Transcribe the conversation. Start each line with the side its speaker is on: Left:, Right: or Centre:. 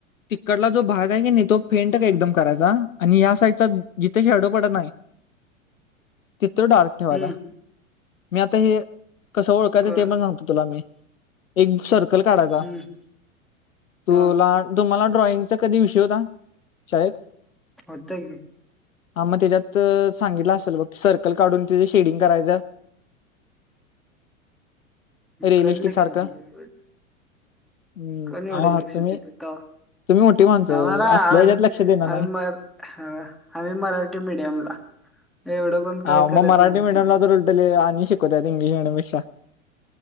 Left: तिकडला जो भाग आहे की नाही तो फेंट का एकदम करायचा आणि या साइडचा. जिथं शॅडो पडत नाहीं तिथे डार्क ठेवाचा
Centre: हम्म
Left: मी आता हे. कसं ओळखायचं
Centre: बर
Left: ते पण सांगतो तुला मी एक सर्कल काढायचा
Centre: हम्म
Left: तु
Centre: हा
Left: लाहान. तुम्हाला ड्रॉईंगाचा कधी विषय होता शाळेत.
Centre: होत की दिली.
Left: हा मग त्याच्यात सांगितलं असेल बघ सर्कल काढून त्याचं शेडिंग करायच. <inaudible> रिअलिस्टिक
Centre: कोण लक्ष
Left: सारखं
Centre: दिले
Left: हम्
Centre: कोण एवढं
Left: आहात
Centre: लक्ष
Left: तुम्ही.
Centre: दिले तवा
Left: तुम्ही. मोठी माणसं हो,
Centre: आम्हाला
Left: असल्या
Centre: आ
Left: ह्याच्यात लक्ष देणार नाही
Centre: आम्ही मर मराठी मीडियमला.
Left: <inaudible>
Centre: एवढं पण काय
Left: हा
Centre: करत
Left: मग मराठी
Centre: नव्हती
Left: मिडियमला तर उलट लिहिलं आणि शिकवतात इंग्लिश मिडियमपेक्षा.